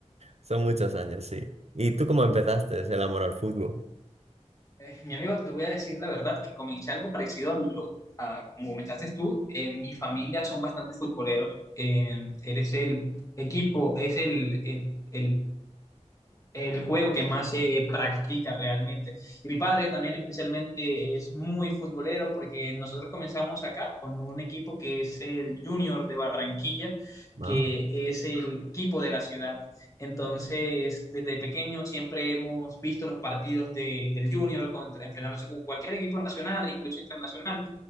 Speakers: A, on the right; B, on the left.
A: Son muchos años, sí. ¿Y tú cómo empezaste el amor al fútbol?
B: Eh, mi amigo, te voy a decir la verdad que comencé algo parecido a, lo, a como comenzaste tú. Eh, mi familia son bastante futboleros. Eh, eres el equipo, es el, el, el el juego que más se practica realmente. Y mi padre también especialmente es muy futbolero porque nosotros comenzamos acá con un equipo que es el Junior de Barranquilla, que
A: Ah.
B: es el equipo de la ciudad. Entonces, desde pequeño siempre hemos visto los partidos de- del Junior contra, enfrentándose con cualquier equipo nacional e incluso internacional